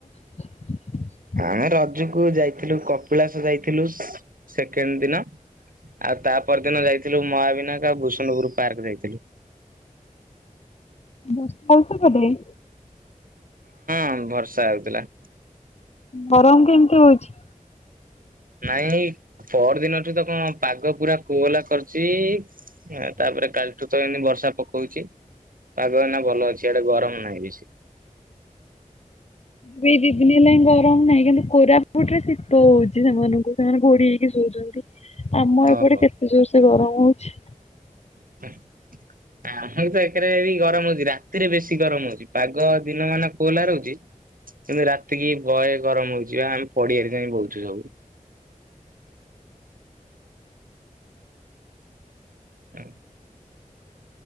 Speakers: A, on the left; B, on the right.
A: <inaudible>
B: ଆମେ ରଜକୁ ଯାଇଥିଲୁ କପିଳାସ ଯାଇଥିଲୁ ସେକେଣ୍ଡ ଦିନ। ଆଉ ତା ପରଦିନ ଯାଇଥିଲୁ ମହାବିନାୟ ଆଉ ଭୁସୁଣୁ ପୁର ପାର୍କ ଯାଇଥିଲୁ।
A: ବର୍ଷା ହୋଉଚି ସେପଟେ?
B: ହଁ ଭର୍ଷା ହେଉଥିଲା।
A: ଗରମତ କେମିତି ହଉଚି।
B: ନାଇଁ ପର ଦିନଠୁତ କଣ ପାଗ ପୁରା କୋହଲା କରିଚି ନାତାପରେ କାଲିଠୁତ ଏମତି ବର୍ଷା ପକଉଚି ପାଗଏଇନା ଭଲ ଅଛି ଇଆଡ଼େ ଗରମ ନାହିଁ ବେଶୀ
A: ଏଇ ଦିଦିନି ହେଲା ଗରମ୍ ନାହିଁ କିନ୍ତୁ କୋରାପୁଟରେ ଶୀତ ହଉଚି ସେମାନଙ୍କୁ ସେମାନେ ଘୋଡ଼ି ହେଇକି ଶୋଉଚନ୍ତି। ଆମ ଏପଟେ
B: ଓହୋ।
A: କେତେ ଜୋରସେ ଗରମ୍ ହଉଚି।
B: <unintelligible> ଆମରବିତ ଏକ୍ରେ ଗରମ ହଉଚି ରାତିରେ ବେଶୀ ଗରମ ହଉଚି ପାଗ ଦିନ ମାନ କୋହଲା ରହୁଚି କିନ୍ତୁ ରାତିକି ବହେ ଗରମ ହଉଚିବା ଆମେ ପଡ଼ିଆରେ ଯାଇ ବଉଚୁ ସବୁ। ହଁ।